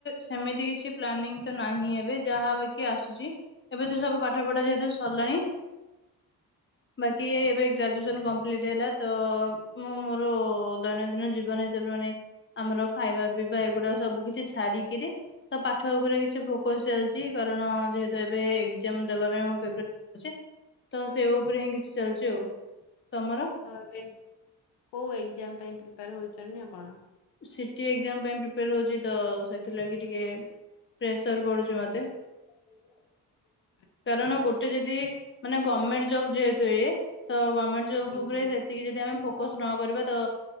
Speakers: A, on the left; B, on the left.
A: ସେମିତି କିଛି ପ୍ଲାନିଂ ତ ନାହିଁ ଏବେ ଯାହା ବା କିଏ ଆସୁଚି ଏବେ ତ ସବୁ ପାଠ ପଢା ଯେହେତୁ ସରିଲାଇଁ ବାକି ଏଇ ଏବେ ଗ୍ରାଜୁଏସନ୍ କମ୍ ବି ଏଡ୍ ହେଲା ତ ମୁଁ ମୋର ଦୈନଦିନ ଜୀବନ ହିସାବରେ ମାନେ ଆମର ଖାଇବା ପିଇବା ଏଗୁଡାକ ସବୁ କିଛି ଛାଡିକିରି ତ ପାଠ ଉପରେ କିଛି ଫୋକସ୍ ଚାଲିଚି କାରଣ ଯେହେତୁ ଏବେ ଏଗ୍ଜାମ ଦବା ପାଇଁ ମୁଁ ପ୍ରି ଉଚି ତ ସେ ଉପରେ ହିଁ କିଛି ଚାଲିଚି ଆଉ ତମର?
B: ତ ଏବେ କୋଉ ଏକ୍ଜାମ ପାଇଁ ପ୍ରିପେୟାର ହଉଛନ୍ତି ନା କଣ?
A: ସିଟି ଏଗ୍ଜାମ ପାଇଁ ପ୍ରିପେୟାର ହଉଚି ତ ସେଥିଲାଗି ଟିକେ ପ୍ରେସର ପଡୁଚି ମତେ।
B: <inaudible>
A: କାରଣ ଗୋଟେ ଯଦି ମାନେ ଗମେଣ୍ଟ ଜବ୍ ଯେହେତୁ ଏ ତ ଗମେଣ୍ଟ ଜବ୍
B: ହୁଁ।
A: ଉପରେ ସେତିକି ଯଦି ଆମେ ଫୋକସ୍ ନ କରିବା ତ